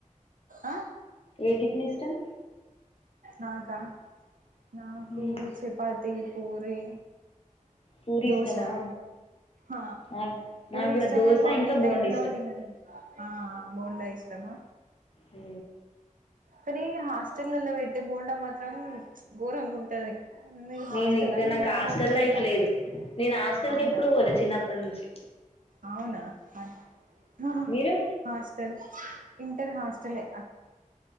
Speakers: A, on the right; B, on the left.
A: ఆ
B: ఏ టిఫిన్ ఇష్టం?
A: నాకా నాకు
B: హ్మ్.
A: చపాతి పూరి
B: పూరి
A: దోశ
B: ఇష్టమా?
A: ఆ
B: నా
A: పూరీ
B: నాకు గూడా
A: ఇష్టం
B: దోస
A: కానీ మార్నింగ్
B: ఇంకా బోండా
A: టైమ్
B: ఇష్టం.
A: లో తినను ఆ బొండా ఇష్టమా
B: ఉ
A: కానీ హాస్టల్ల్లో పెట్టే బోండా మాత్రం ఘోరంగుంటది, మీరు హాస్టలా?
B: నేను ఇంకా
A: ఇంట్ల
B: నాకు హాస్టల్
A: హోమ్ డేసా?
B: లైఫ్ లేదు నేను హాస్టల్
A: అవునా?
B: కి ఎప్పుడు పోలే చిన్నప్పటి నుంచి
A: అవునా అన్
B: మీరు
A: హాస్టల్ ఇంటర్ హాస్టలే